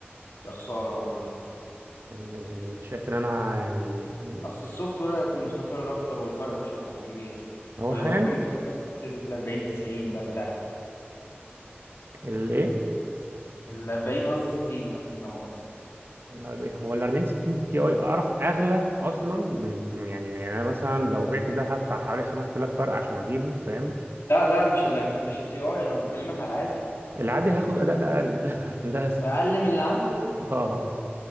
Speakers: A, on the left (about 80°); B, on the right (about 65°).
A: يا خساره والله
B: يعني يعني شايف ان انا يعني يعني
A: اصل السوفت وير هيكون مستقر اكتر والفرق مش هيكون كبير
B: هو
A: وهيكون
B: حاليا
A: يكون اسمك مثلا ال 40 90 بقى بتاع
B: الايه
A: ال 40 قصدي 60 لا لا مؤاخذة
B: الأربعين- هو ال 40 60 تي اي ارخ اغلى اصلا من يعني يعني انا مثلا لو بعت ده هدفع حوالي 5000 فرق عشان اجيبه فاهم
A: لا لا مش ال 40 مش التي اي انا بكلمك على عادي
B: العادي هاخد اداء اقل <laughs> للاسف
A: اقل من اللي عندك
B: اه